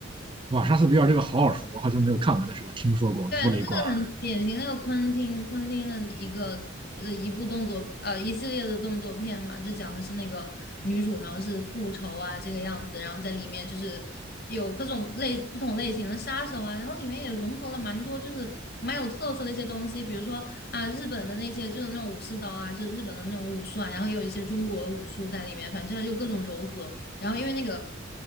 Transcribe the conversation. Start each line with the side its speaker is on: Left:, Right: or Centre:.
Right: 哇，莎士比亚这个好耳熟，我好像没有看过，但是我听说过《无雷贯耳》。
Left: 对，它是个很典型，那个昆汀昆汀的一个呃一部动作呃一系列的动作片嘛，就讲的是那个女主，然后是复仇啊这个样子，然后在里面就是有各种类不同类型的杀手啊，然后里面也融合了蛮多就是蛮有特色的一些东西，比如说啊日本的那些就是那种武士刀啊，就是日本的那种武术啊，然后也有一些中国的武术在里面，反正它就各种柔合。然后因为那个